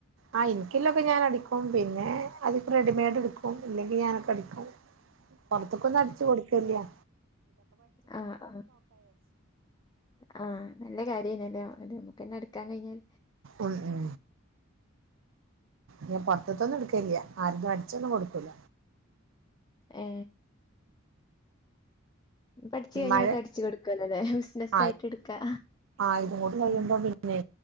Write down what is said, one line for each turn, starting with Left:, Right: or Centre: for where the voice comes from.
Right: ആ ഇന്ക്കില്ലൊക്കെ ഞാൻ അടിക്കും പിന്നെ അതിക്ക് റെഡിമെയഡ് എടുക്കും ഇല്ലെങ്കി ഞാനൊക്കെ അടിക്കും പുറത്ത്ക്കൊന്നും അടിച്ച് കൊടുക്കല്യാ
Left: ആ ആ ആ നല്ല കാര്യനല്ലേ അത് പിന്നടിക്കാൻ കഴിഞ്ഞൽ
Right: ഉം ഉം ഞൻ പൊറത്തൊന്നും എടുക്കല്യാ ആരതും അടിച്ചൊന്നും കൊടുക്കൂല
Left: ഏ പഠിച്ച് കഴിഞ്ഞാക്കെ
Right: മഴ
Left: അടിച്ചു കൊടുക്കലോല്ലെ ബിസിനസായിട്ട്
Right: ആ
Left: എടുക്കാ
Right: ആ ഇതും കൂടികഴിയുമ്പോ
Left: ആഹ്
Right: പിന്നെ